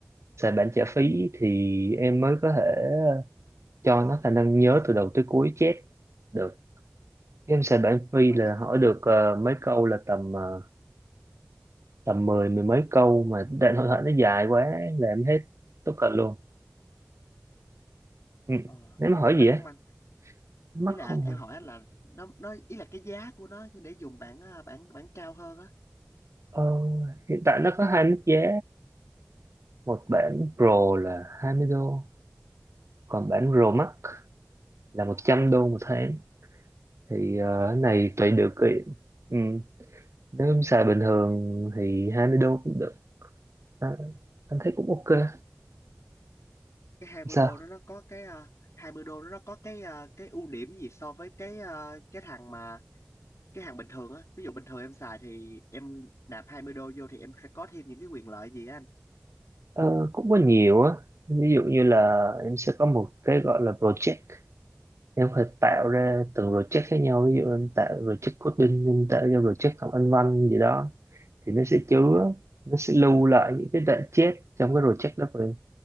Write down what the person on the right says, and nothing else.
xài bản trả phí thì em mới có thể cho nó khả năng nhớ từ đầu tới cuối chép được Game xài bản free
là hỏi
được ờ, mấy câu là tầm ờ, tầm mười mười mấy câu mà đại hội thoại nó dài quá là em hết tất cả luôn ừ.
nếu mà
hỏi
gì á
mắc
không
à?
ờ, hiện tại nó có hai mức giá một bản Pro là hai mươi đô còn bản Pro Max là 100 đô một tháng thì ờ, cái này
tùy
điều kiện ừ. nếu em xài bình thường thì 20 đô cũng được à, anh thấy cũng ok
sao
Ờ, cũng có nhiều á ví dụ như là em sẽ có một cái gọi là project em phải tạo ra từng project khác nhau ví dụ em tạo project coding em tạo ra project học anh văn gì đó thì nó sẽ chứa
nó sẽ lưu lại những cái đoạn chết trong cái project đó của em